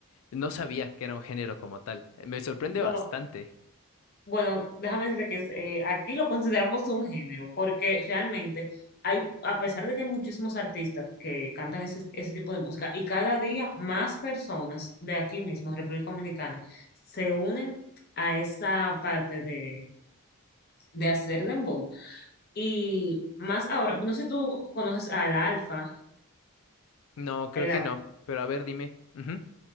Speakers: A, on the left; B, on the left.
A: no sabía que era un género como tal. Me sorprende
B: Bueno,
A: bastante.
B: Bueno, déjame decirte que es, eh, aquí lo consideramos un género, porque realmente hay, a pesar de que hay muchísimos artistas que cantan ese, ese tipo de música, y cada día más personas de aquí mismo, República Dominicana, se unen a esa parte de, de hacer dembow. Y más ahora, no sé si tú conoces al Alfa,
A: No, creo
B: el
A: que no. Pero a ver, dime. Ujú.